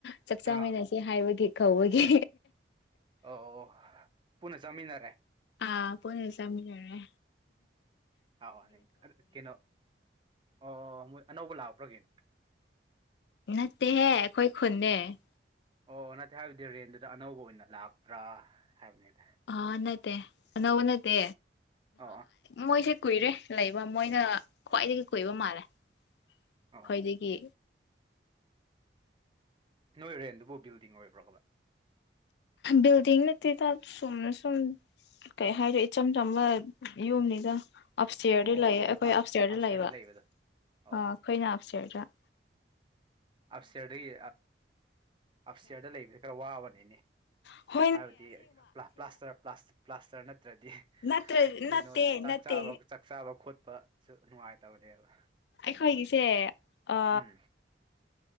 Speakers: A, on the left (about 70°); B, on the right (about 30°).
A: ꯆꯥꯍꯛ
B: ꯑꯥ
A: ꯆꯥꯃꯤꯟꯅꯁ ꯍꯥꯏꯕꯒꯤ ꯀꯧꯕꯒꯤ
B: ꯑꯣ ꯑꫭ ꯄꯨꯟꯅ ꯆꯥꯃꯤꯟꯅꯔꯦ
A: ꯑꯥ ꯄꯨꯟꯅ ꯆꯥꯃꯤꯟꯅꯔ
B: ꯍꫭꯏ ꯀꯩꯅꯣ ꯑꯣ ꯑꯣ ꯃꯣꯏ ꯑꯅꯧꯕ ꯂꯥꯛꯄ꯭ꯔꯥ ꯀꯩꯅꯣ
A: ꯅꯠꯇꯦꯍꯦ ꯑꯩꯈꯣꯏ ꯈꯨꯣꯟꯗꯒꯤꯅꯤ
B: ꯑꯣ ꯑꫭ ꯅꯠꯇꯦ ꯍꯥꯏꯕꯗꯤ ꯔꯦꯟꯗꯨꯗ ꯑꯅꯧꯕ ꯑꯣꯏꯅ ꯂꯥꯛꯄ꯭ꯔꯥ ꯍꯥꯏꯕꯅꯤꯗꯥ?
A: ꯑꫭ ꯑꫭ ꯅꯠꯇꯦ ꯑꯅꯧꯕ ꯅꯠꯇꯦ
B: ꯑꯣ ꯑꯣ
A: ꯃꯣꯏꯁ ꯀꯨꯏꯔꯦ ꯂꯩꯕ ꯃꯣꯏꯅ ꯈ꯭ꯋꯥꯏꯗꯒꯤ ꯀꯨꯏꯕ ꯃꯥꯜꯂꯦ ꯑꯩꯈꯣꯏꯗꯒꯤ꯫
B: ꯑꯣ ꯅꯣꯏ ꯔꯦꯟꯗꯨꯕꯨ ꯕꯤꯜꯗꯤꯡ ꯑꯣꯏꯕ꯭ꯔꯥ ꯕꯥ
A: ꯕꯤꯗꯤꯡ ꯅꯠꯇꯗ ꯁꯨꯝꯅ ꯁꯨꯝ ꯀꯩ ꯍꯥꯏꯅꯤ ꯏꯆꯝ ꯆꯝꯕ ꯌꯨꯝꯅꯤꯗ ꯑꯞ ꯏꯇꯌꯔꯗꯤ
B: ꯑꯣ
A: ꯂꯩꯌꯦ ꯑꯩꯈꯣꯏ
B: ꯑꯞꯁꯇꯤꯌꯔꯗ
A: ꯑꯞꯁꯌꯔꯗ ꯂꯩꯕ
B: ꯂꯩꯕꯗꯣ ꯑꯣ
A: ꯑꯥ ꯑꯩꯈꯣꯏꯅ ꯑꯞꯁꯤꯌꯔꯗ ꯂꯩ
B: ꯑꯞꯁꯤꯔꯗꯒꯤ ꯑꯞꯁꯤꯔꯗꯥꯗ ꯂꯩꯕꯁꯤ ꯈꯔ ꯋꯥꯕꯅꯤꯅꯦ
A: ꯍꫭꯏ
B: ꯍꯥꯏꯕꯗꯤ ꯄ꯭ꯂꯥꯁꯇꯔ ꯄ꯭ꯂꯥꯁꯇꯔ ꯅꯠꯇ꯭ꯔꯗꯤ
A: ꯅꯠꯇ꯭ꯔ
B: ꯀꯩꯅꯣ
A: ꯅꯠꯇꯦ
B: ꯆꯥꯛ
A: ꯅꯠꯇꯦ
B: ꯆꯥꯕ ꯆꯥꯛ ꯆꯥꯕ ꯈꯣꯠꯄꯁꯨ ꯅꯨꯡꯉꯥꯏꯇꯕꯅꯦꯕ
A: ꯑꯩꯈꯣꯏꯒꯤꯁꯦ ꯑ
B: ꯎꯝ